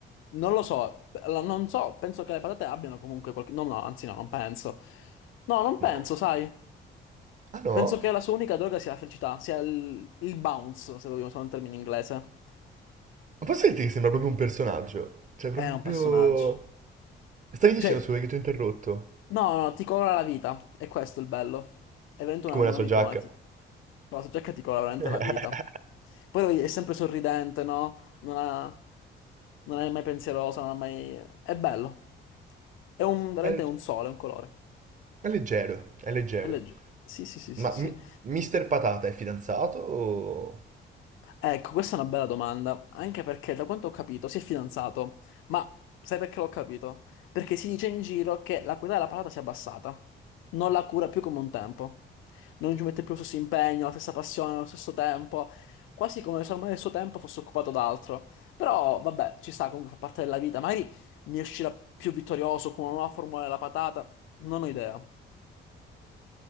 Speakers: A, on the left (about 80°); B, on the right (about 40°).
A: Non lo so, la- non so, penso che le patate abbiano comunque qualche... No, no, anzi no, non penso. No, non penso,
B: No.
A: sai.
B: Ah no?
A: Penso che la sua unica droga sia la felicità, sia il, il bounce, se vogliamo usare un termine inglese.
B: Ma posso dirti che sembra proprio un personaggio? Cioè,
A: È
B: proprio...
A: un personaggio.
B: Stavi dicendo,
A: Cioè,
B: scusa, che ti ho interrotto.
A: no, no, no, ti colora la vita. È questo è il bello. È veramente una,
B: Come
A: un'amicona.
B: la sua giacca.
A: Ti... Però la giacca ti colora veramente
B: <laughs>
A: la vita. Poi lui è sempre sorridente, no? Non ha- non è mai pensieroso, non è mai... È bello. È un, veramente
B: È,
A: un sole, un colore.
B: è leggero, è leggero.
A: È leggero. Sì, sì, sì,
B: Ma
A: sì, sì.
B: mi- Mister Patata è fidanzato o...
A: Ecco, questa è una bella domanda, anche perché da quanto ho capito si è fidanzato, ma sai perché l'ho capito? Perché si dice in giro che la qualità della patata si è abbassata, non la cura più come un tempo, non ci mette più lo stesso impegno, la stessa passione, lo stesso tempo, quasi come se ormai il suo tempo fosse occupato da altro. Però vabbè, ci sta, comunque fa parte della vita, magari ne uscirà più vittorioso con una nuova formula della patata, non ho idea.